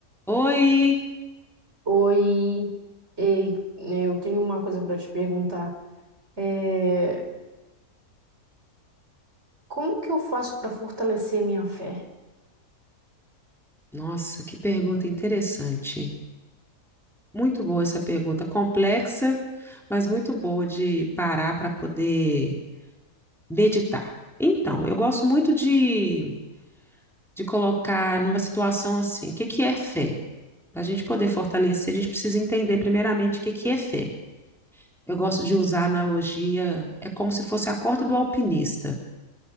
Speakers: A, in the centre; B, on the right (about 45°).
A: Oi!
B: Oi, ei, eu tenho uma coisa para te perguntar. É, como que eu faço para fortalecer a minha fé?
A: Nossa, que pergunta interessante. Muito boa essa pergunta, complexa, mas muito boa de parar para poder meditar. Então, eu gosto muito de, de colocar numa situação assim, o que que é fé? Para a gente poder fortalecer, a gente precisa entender primeiramente o que que é fé. Eu gosto de usar a analogia, é como se fosse a corda do alpinista.